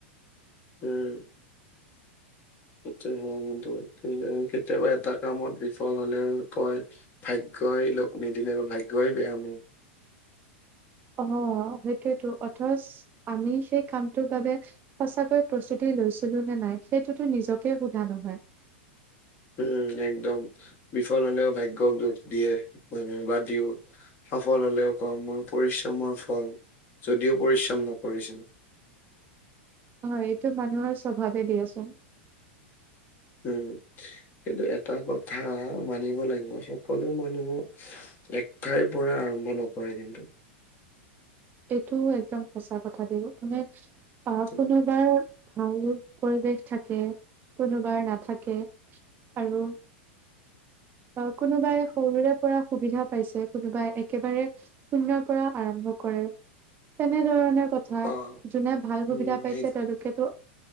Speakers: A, on the left; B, on the right.
A: উম সেইটোৱেই হয় কিন্তু কেতিয়াবা এটা কামত বিফল হলেও কয়। ভাগ্যই লগ নিদিলে বা ভাগ্যই বেয়া মোৰ।
B: অ সেইটোয়েতো অথচ। আমি সেই কামটোৰ বাবে সঁচাকৈ প্ৰস্তুতি লৈছিলো নে নাই। সেইটোতো নিজকে সোধা নহয়।
A: উম একদম। বিফল হলেও ভাগ্যক দুখ দিয়ে মানুহে বা দিও। সফল হলেও কওঁ মই পৰিশ্ৰমৰ ফল, যদিও পৰিশ্ৰম নকৰিছিলো।
B: হয় এইটো মানুহৰ স্বভাৱে দিয়াচোন।
A: উম কিন্তু এটা কথা মানিব লাগিব সকলো মানুহক- এক ঠাইৰ পৰা আৰম্ভ নকৰে কিন্তু-
B: এইটো একদম সঁচা কথা দেই, মানে আহ
A: উম,
B: কোনোবাৰ- ভাল পৰিৱেশ থাকে, কোনোবাই নাথাকে আৰু। অ কোনোবাই সৰুৰে পৰা সুবিধা পাইছে, কোনোবাই একেবাৰে- শূন্যৰ পৰা আৰম্ভ কৰে, তেনেধৰণে- কথা
A: অ',
B: যোনে ভাল
A: উম,
B: সুবিধা পাইছে
A: সেই
B: তেওঁলোকেতো-